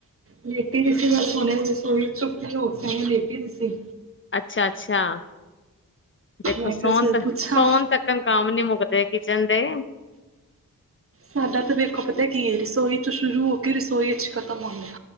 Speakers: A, on the right; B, on the left.
A: ਲੇਟੀ ਪਈ ਸੀ, ਬਸ ਹੁਣੇ ਬਿਸਂਤਰੇ ਚ ਲੇਟੀ ਪਈ ਸੀ।
B: ਅੱਛਾ ਅੱਛਾ ਦੇਖੋ
A: ਮੈਂ ਕਿਹਾ
B: ਸੋਹਣ
A: ਚਲ
B: ਤ
A: ਪੁੱਛਾਂ
B: ਸੋਹਣ ਤੱਕ ਕਾਮ ਨੀ ਮੁੱਕਦੇ ਕਿਚਨ ਦੇ
A: ਸਾਡਾ ਤਾਂ ਵੇਖੋ ਪਤਾ ਕੀ ਹੈ ਰਸੋਈ ਚ ਸ਼ੁਰੂ ਹੋ ਕੇ ਰਸੋਈ ਚ ਖਤਮ ਹੋਣਾ।